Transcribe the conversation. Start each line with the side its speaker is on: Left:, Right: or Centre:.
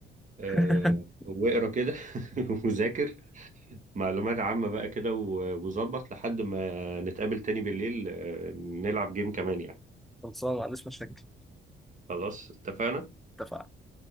Right: آه،
Centre: <laughs>
Right: واقرا كده <laughs> وذاكر معلومات عامة بقى كده و- وظبط لحد ما نتقابل تاني بالليل آه، نلعب جيم كمان يعني
Centre: خلصان ما عنديش مشاكل
Right: خلاص اتفقنا
Centre: اتفقنا